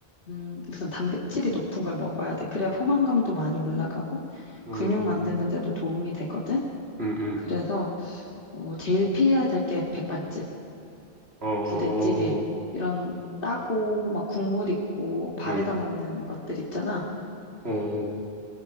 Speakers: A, on the left; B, on the right.
A: 음, 우선 단백질이 높은 걸 먹어야 돼. 그래야 포만감도 많이 올라가고
B: 음,
A: 근육 만드는 데도 도움이 되거든.
B: 음, 음.
A: 그래서 어, 제일 피해야 될 게 백반집,
B: 어,
A: 부대찌개 이런 따고 막 국물 있고 밥에다
B: 음,
A: 먹는 것들 있잖아.
B: 어,